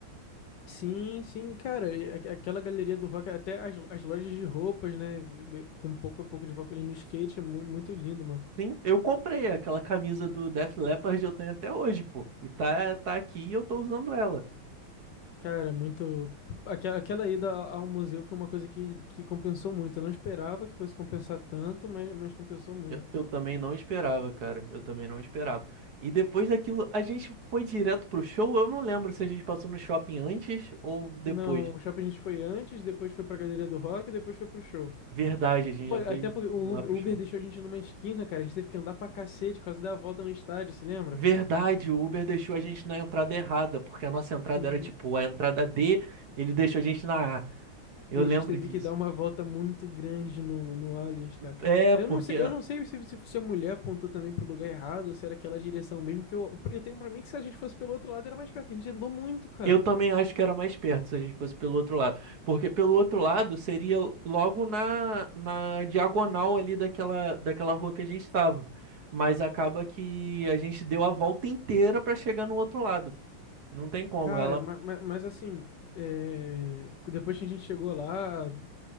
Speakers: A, on the left; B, on the right.
A: Sim, sim, cara, e aque- aquela galeria do rock, até as, as lojas de roupas, né, vi- com um pouco, um pouco de foco ali no skate, é mu- muito lindo, mano.
B: Sim, eu comprei aquela camisa do Def Leppard, eu tenho até hoje, pô. E tá, tá aqui e eu tô usando ela.
A: Cara, muito. Aquela, aquela ida a- ao museu foi uma coisa que, que compensou muito. Eu não esperava que fosse compensar tanto, mas, mas compensou muito.
B: Eu, eu também não esperava, cara. Eu também não esperava. E depois daquilo, a gente foi direto pro show. Eu não lembro se a gente passou no shopping antes ou depois.
A: Não, o shopping a gente foi antes, depois foi pra Galeria do Rock, e depois foi pro show.
B: Verdade, a gente
A: Pô,
B: já
A: até
B: foi
A: porque o
B: lá
A: Uber,
B: pro
A: o Uber
B: show.
A: deixou a gente numa esquina, cara. A gente teve que andar pra cacete, quase dar a volta no estádio, se lembra?
B: Verdade, o Uber deixou a gente na entrada errada, porque a nossa entrada
A: Sim.
B: era tipo a entrada D, ele deixou a gente na A. Eu
A: E
B: lembro
A: a gente teve
B: disso.
A: que dar uma volta muito grande no, no Aliens, cara.
B: É,
A: Aí
B: porque
A: eu não sei, eu não sei se, se, se a mulher apontou também pro lugar errado ou se era aquela direção mesmo, que eu, eu tenho pra mim que se a gente fosse pelo outro lado era mais perto, que a gente andou muito, cara.
B: eu também acho que era mais perto se a gente fosse pelo outro lado. Porque pelo outro lado seria logo na, na diagonal ali daquela, daquela rua que a gente estava. Mas acaba que a gente deu a volta inteira para chegar no outro lado. pô. Não tem como,
A: Cara,
B: ela.
A: ma- ma- mas, assim, é, depois que a gente chegou lá, eu,